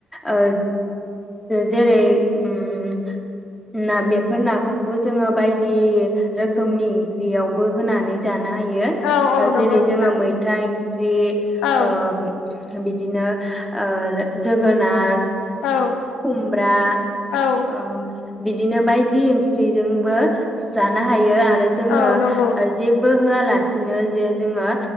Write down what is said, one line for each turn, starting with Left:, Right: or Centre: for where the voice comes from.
Centre: ओ जेरै ओम ना बेफोर नाफोरखौ जोङो बायदि रोखोमनि ओंख्रियावबो होनानै जाना हायो ओ
Left: औ नंगौ
Centre: जेरै
Left: नोंथां
Centre: जोङो मैथा ओंख्रि
Left: औ
Centre: ओ बिद बिदिनो ओ जोगोनार
Left: औ
Centre: खुमब्रा
Left: औ
Centre: ओ बिदिनो बायदि ओंख्रिजोंबो जानो हायो आ रो जोङो
Left: औ नंगौ
Centre: ओ जेबो ओं होयालासेनो जे जोङो